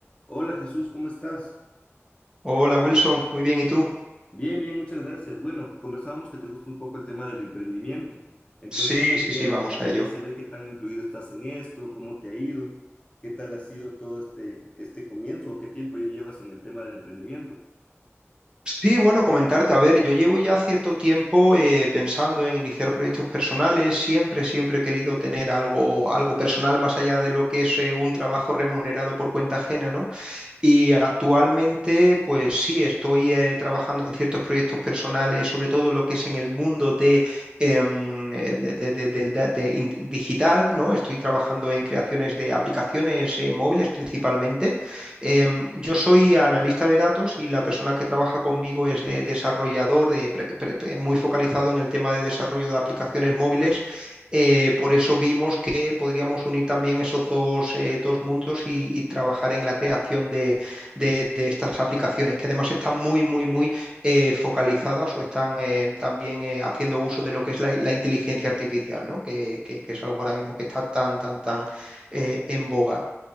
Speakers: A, on the left; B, on the right.
A: Hola Jesús, ¿cómo estás?
B: Hola Wilson, muy bien, ¿y tú?
A: Bien, bien, muchas gracias. Bueno, conversábamos que te gusta un poco el tema del emprendimiento. Entonces
B: Sí,
A: quería,
B: sí, sí, vamos
A: quería
B: a ello.
A: saber qué tan incluido estás en esto, cómo te ha ido, qué tal ha sido todo este, este comienzo o qué tiempo ya llevas en el tema del emprendimiento.
B: Sí, bueno, comentarte, a ver, yo llevo ya cierto tiempo eh, pensando en iniciar proyectos personales, siempre, siempre he querido tener algo, algo personal más allá de lo que es eh, un trabajo remunerado por cuenta ajena, ¿no? Y actualmente, pues sí, estoy eh, trabajando en ciertos proyectos personales, sobre todo lo que es en el mundo de, em, eh, de- de- de- del da- de in- digital, ¿no? Estoy trabajando en creaciones de aplicaciones eh, móviles principalmente. Em, yo soy analista de datos y la persona que trabaja conmigo es de desarrollador, de pre- pre- pre- muy focalizado en el tema de desarrollo de aplicaciones móviles eh, por eso vimos que podríamos unir también esos dos, eh, dos mundos y, y trabajar en la creación de, de- de estas aplicaciones, que además están muy, muy, muy eh, focalizadas o están eh, también eh, haciendo uso de lo que es la, la inteligencia artificial, ¿no? Que, que- que es algo ahora mismo que está tan, tan, tan eh, en boga.